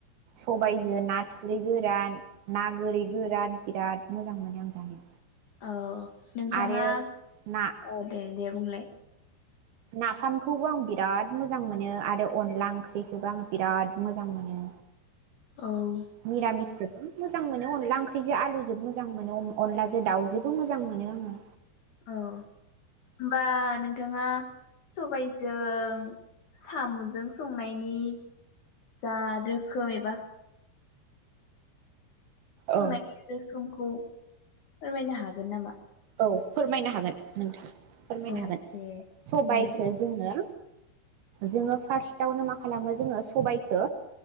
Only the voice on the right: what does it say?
सबायजो ना थुरि गोरान ना गोरि गोरान बिराद मोजां मोनो आं जानो।
आरो ना
नाफामखौबो आं बिराद मोजां मोनो आरो अनला ओंख्रिखौबो आङो बिराद मोजां मोनो।
निरामिस जोबो मोजां मोनो अनला ओंख्रिजों आलुजों मोजां मोनो अनलाजों दाउजोबो मोजां मोनो आङो।
औ
औ फोरमायनो हागोन नोंथां। फोरमायनो
हागोन
सबाइखो
जोङो जोङो फार्स्टआवनो मा खालामो जोङो सबायखो